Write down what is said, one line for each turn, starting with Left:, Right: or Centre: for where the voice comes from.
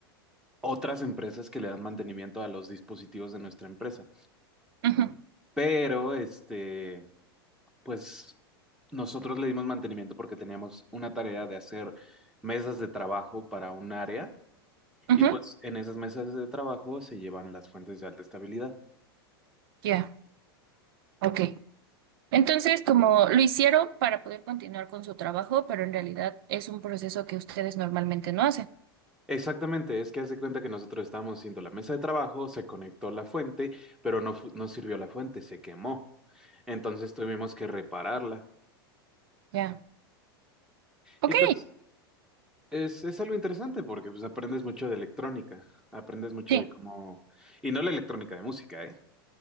Centre: otras empresas que le dan mantenimiento a los dispositivos de nuestra empresa.
Right: ujú,
Centre: Pero, este, pues nosotros le dimos mantenimiento porque teníamos una tarea de hacer mesas de trabajo para un área
Right: ujú.
Centre: y pues en esas mesas de trabajo se llevan las fuentes de alta estabilidad.
Right: Ya, Ok. Entonces, como lo hicieron para poder continuar con su trabajo, pero en realidad es un proceso que ustedes normalmente no hacen.
Centre: Exactamente, es que hace cuenta que nosotros estábamos haciendo la mesa de trabajo, se conectó la fuente, pero no, fu- no sirvió la fuente, se quemó. Entonces tuvimos que repararla.
Right: Ya. Ok,
Centre: Y pues Es, es algo interesante porque pues aprendes mucho de electrónica, aprendes mucho
Right: sí.
Centre: de cómo... Y no la electrónica de música, ¿eh?